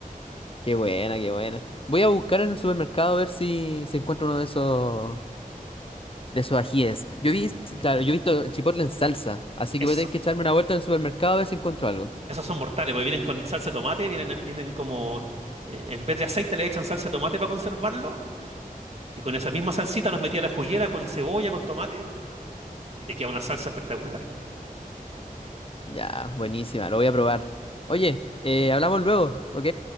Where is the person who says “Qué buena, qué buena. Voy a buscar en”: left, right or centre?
Left